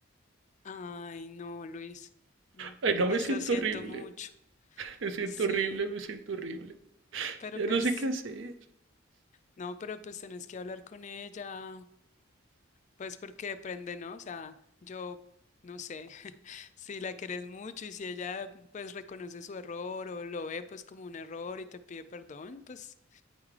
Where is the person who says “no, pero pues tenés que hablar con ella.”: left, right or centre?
Left